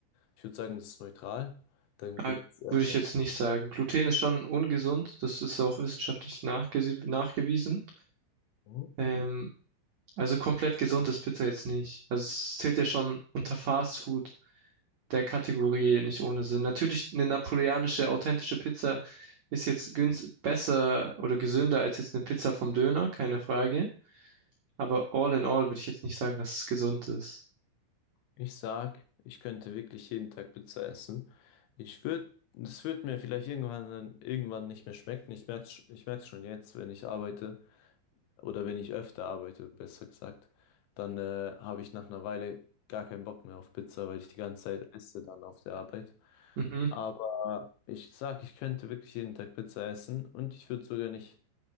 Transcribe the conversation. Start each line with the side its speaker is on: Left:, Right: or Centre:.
Left: Ich würde sagen, das ist neutral. Dann gibt's,
Right: Ah,
Left: äh,
Right: würde ich jetzt nicht sagen. Gluten ist schon ungesund, das ist auch wissenschaftlich nachgese- nachgewiesen.
Left: Mhm.
Right: Ähm, also komplett gesund ist Pizza jetzt nicht. Also es zählt ja schon unter Fast Food der Kategorie nicht ohne Sinn. Natürlich eine napoleonische, authentische Pizza ist jetzt günst besser oder gesünder als jetzt eine Pizza vom Döner, keine Frage. Aber all in all würde ich jetzt nicht sagen, dass es gesund ist.
Left: ich sag, ich könnte wirklich jeden Tag Pizza essen. Ich würde, das wird mir vielleicht irgendwann dann irgendwann nicht mehr schmecken. Ich merk's, ich merk's schon jetzt, wenn ich arbeite oder wenn ich öfter arbeite, besser gesagt, dann äh, habe ich nach einer Weile gar keinen Bock mehr auf Pizza, weil ich die ganze Zeit esse dann auf der Arbeit.
Right: Mhm.
Left: Aber ich sag, ich könnte wirklich jeden Tag Pizza essen und ich würde sogar nicht